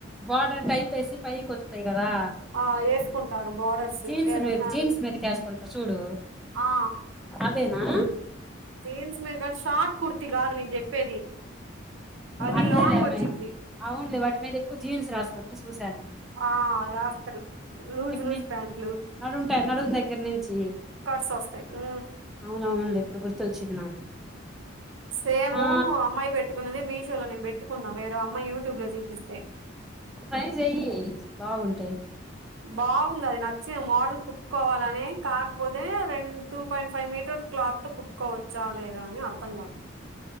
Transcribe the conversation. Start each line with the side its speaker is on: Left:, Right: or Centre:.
Centre: బార్డర్ టైపేసి పైకొత్తాయ్ కదా
Right: ఆ ఏసుకుంటారు బార్డర్స్
Centre: జీన్స్
Right: ఏదనా
Centre: మీద జీన్స్ మీదకి వేసుకుంటారు చూడు
Right: ఆ
Centre: అవేనా
Right: జీన్స్ మీద కానీ షార్ట్ కుర్తి కాదు నేను చెప్పేది అది
Centre: అదేలేమ్మాయి
Right: లాంగ్ వచ్చిద్ది
Centre: అవునులే వాటి మీద ఎక్కువ జీన్స్ రాస్తుంటే చూశాను
Right: ఆ వాస్తడు లూజ్ లూజ్
Centre: ని
Right: ప్యాంట్లు
Centre: నడుంటాయి నడుం దగ్గర నుంచి
Right: కడ్స వస్తాయి ఉ
Centre: అవునవునలే ఇప్పుడు గుర్తొచ్చింది నాకు
Right: సేము
Centre: ఆ
Right: అమ్మాయి పెట్టుకునేది మీషోలో నేను పెట్టుకున్నా వేరే అమ్మాయి యూట్యూబ్లో చూపిస్తే
Centre: ట్రై చెయ్యి బాగుంటయి
Right: బాగుంది అది నచ్చి మోడల్ కుట్టుకోవాలని కాకపోతే రెండు టూ పాయింట్ ఫైవ్ మీటర్ క్లాత్తో కుట్టుకోవచ్చా లేదా అని అర్థం కాదు